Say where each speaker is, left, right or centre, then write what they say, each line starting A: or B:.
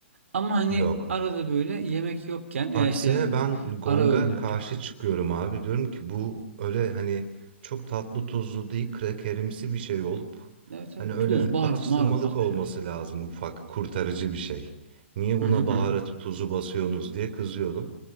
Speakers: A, on the right (about 85°); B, on the right (about 50°).
A: Ama hani
B: yok.
A: arada böyle yemek yokken
B: Aksine
A: veya işte yani
B: ben Gong'a
A: ara öğün yapacaksın.
B: karşı çıkıyorum abi. Diyorum ki bu öyle hani çok tatlı tuzlu değil krakerimsi bir şey olup
A: Evet
B: hani
A: evet.
B: öyle
A: Tuz, baharat,
B: atıştırmalık
A: maharat basmış
B: olması
A: her şey.
B: lazım ufak kurtarıcı bir şey. Niye buna
A: Hı hı hı.
B: baharatı
A: hı.
B: tuzu basıyorsunuz diye kızıyordum.